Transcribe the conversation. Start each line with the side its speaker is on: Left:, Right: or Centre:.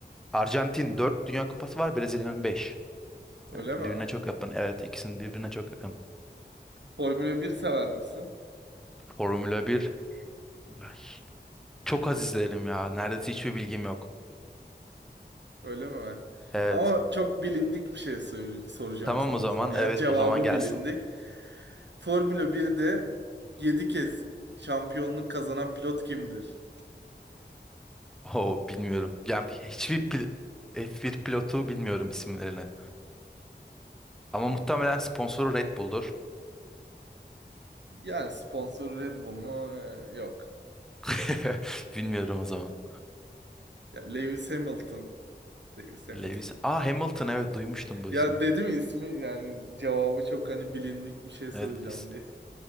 Centre: Arjantin 4 Dünya Kupası var, Brezilya'nın 5.
Right: Öyle
Centre: Yani
Right: mi?
Centre: birbirine çok yakın. Evet, ikisinin birbirine çok yakın.
Right: Formula 1 sever misin?
Centre: Formula bir. ya, hi- çok az izlerim ya. Neredeyse hiçbir bilgim yok.
Right: Öyle mi?
Centre: Evet.
Right: Ama çok bilindik bir şey sor- soracağım
Centre: Tamam
Right: sana
Centre: o zaman.
Right: o zaman. Yani
Centre: Evet,
Right: cevabı
Centre: o zaman gelsin.
Right: bilindik. Formula 1'de 7 kez şampiyonluk kazanan pilot kimdir?
Centre: Oo, bilmiyorum. Yani hiçbir pil- F1 pilotu bilmiyorum isimlerini. Ama
Right: Ha,
Centre: muhtemelen sponsoru Red Bull'dur.
Right: Yani sponsor Red Bull mu? Ee, Yok.
Centre: <laughs> Bilmiyorum o zaman.
Right: Ya Lewis Hamilton. Lewis Hamilton.
Centre: Lewis. Aa Hamilton evet duymuştum bu
Right: Ya
Centre: ismi.
Right: dedim ya ismi yani cevabı çok hani bilindik bir şey soracağım
Centre: Evet. is-
Right: diye. <laughs>